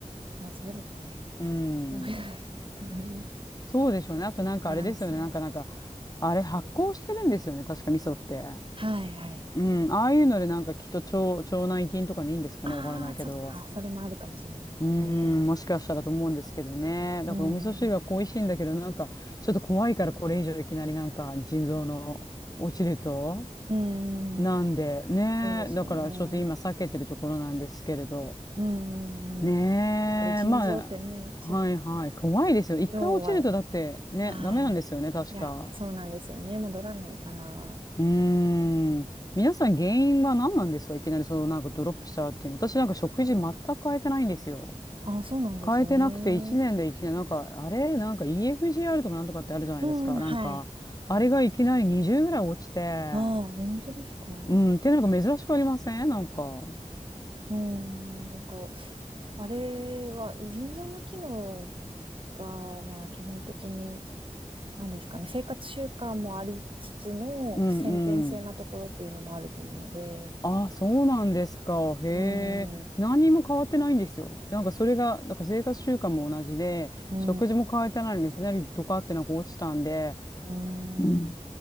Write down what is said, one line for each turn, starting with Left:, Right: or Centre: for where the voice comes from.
Right: まあそうですね。
Left: うん。
Right: そのぐらいですかね。
Left: そうでしょうね。あとなんかあれですよね。
Right: バランス。
Left: なんかなんか、あれ発酵してるんですよね。確か味噌って。
Right: はいはい。
Left: うん。ああいうのでなんかきっと腸、腸内菌とかにいいんですかね。
Right: ああ、
Left: わからないけど。
Right: そっか。それもあるかもしれないですね。
Left: うん。もしかしたらと思うんですけどね。
Right: うん。
Left: だからお味噌汁は恋しいんだけど、なんかちょっと怖いからこれ以上いきなりなんか腎臓の落ちると、
Right: うん。
Left: なんで、ねえ、
Right: そうですよね。
Left: だからちょっと今避けてるところなんですけれど。
Right: うんうんうん。
Left: ねえ、
Right: やっぱり腎臓ってね、
Left: まあ、
Right: ち、
Left: はいはい、怖いですよ。一回落ちるとだってね、
Right: 脳は、はい。
Left: ダメなんですよね、確か。
Right: いや、そうなんですよね。戻らないから。
Left: うーん。皆さん原因は何なんですかいきなりそう、なんかドロップしちゃうっていうの。私なんか食事全く変えてないんですよ。
Right: あ、そうなんですね。
Left: 変えてなくて1年で1年、なんか、あれなんか EFGR とかなんとかってあるじゃないですか。
Right: うん、はい。
Left: なんか、あれがいきなり20ぐらい落ちて、
Right: ああ、本当ですか。
Left: うん、ってなんか珍しくありませんなんか。
Right: うん、なんか、あれは、腎臓の機能は、まあ、基本的に、なんですかね、生活習慣もありつつの、
Left: うんうん。
Right: 先天性なところっていうのもあると思うので、
Left: あ、そうなんですか。へ
Right: うん、
Left: え。
Right: う
Left: 何にも変わってないんですよ。なんかそれが、なんか生活習慣も同じで、
Right: ん、
Left: 食事も変えてないのにいきなりドカってなんか落ちたんで、
Right: うん。
Left: うん。